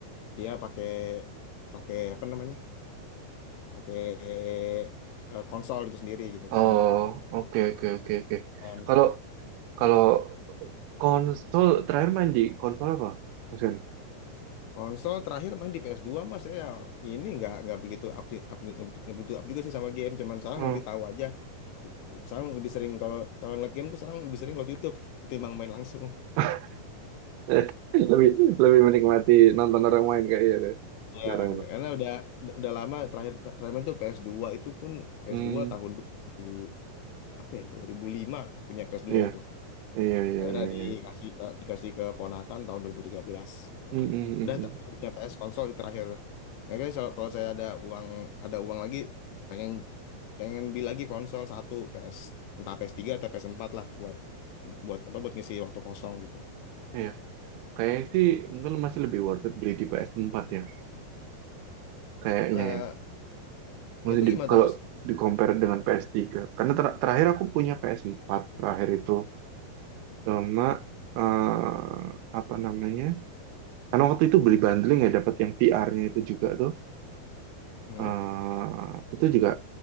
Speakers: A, on the left; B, on the right.
A: dia pakai pakai apa namanya? pakai eh, konsol itu sendiri gitu
B: Oh,
A: kan.
B: oke oke oke oke.
A: Nah,
B: Kalau kalau konsol terakhir main di konsol apa? Mas
A: Konsol terakhir main di ps dua mas saya ini nggak nggak begitu up, sih- up, nggak begitu up juga sih sama game cuman sekarang
B: Hmm.
A: lebih tahu aja sekarang lebih sering kalau kalau ngeliat game tuh sekarang lebih sering ngeliat YouTube ketimbang main langsung
B: <laughs> Eh, lebih lebih menikmati nonton orang main kayaknya deh. Sekarang
A: ya
B: tuh.
A: karena udah udah udah lama terakhir terakhir main tuh ps dua itu pun ps
B: Hmm.
A: dua tahun 2000 berapa ya 2005 punya ps dua
B: Iya.
A: itu
B: Iya iya
A: Akhirnya
B: iya
A: dikasih
B: iya.
A: ke, dikasih ke ponakan tahun 2013. Udah.
B: Hmm, hmm, hmm,
A: Udah
B: hmm.
A: tapi aku punya PS konsol di terakhir. Makanya kalau kalau saya ada uang ada uang lagi pengen pengen beli lagi konsol satu PS entah PS3 atau PS4 lah buat buat apa buat ngisi waktu kosong gitu.
B: Iya. Kayaknya sih mungkin masih lebih worth it beli di PS4 ya. Kayaknya
A: Eh
B: ya. Masih
A: itu
B: di,
A: gimana
B: kalau
A: tuh Mas?
B: di compare dengan PS3. Karena ter- terakhir aku punya PS4 terakhir itu sama eh, apa namanya? Karena waktu itu beli bundling ya dapat yang VR-nya itu juga tuh.
A: Hmm,
B: Eh, itu juga